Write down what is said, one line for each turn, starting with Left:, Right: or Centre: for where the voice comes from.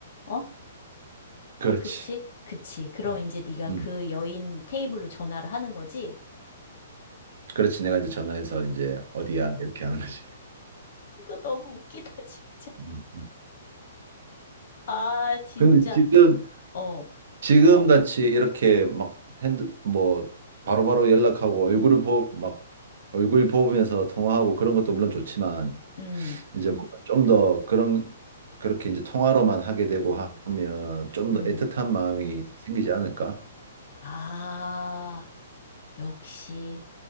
Left: 어?
Right: 그렇지.
Left: 그치? 그치. 그럼
Right: 음.
Left: 이제 네가
Right: 음.
Left: 그 여인 테이블로 전화를 하는 거지?
Right: 그렇지. 내가 이제 전화해서 이제 어디야? 이렇게 하는 거지.
Left: 이거 너무 웃기다, <laughs> 진짜.
Right: 음. 음.
Left: 아, 진짜.
Right: 근데 지금,
Left: 어,
Right: 지금 같이 이렇게 막 핸드, 뭐, 바로바로 연락하고 얼굴을 보, 막, 얼굴 보면서 통화하고 그런 것도 물론 좋지만,
Left: 음,
Right: 이제 좀 더 그런 그렇게 이제 통화로만 하게 되고 하면 좀
Left: 음.
Right: 더 애틋한 마음이 생기지 않을까?
Left: 아, 역시.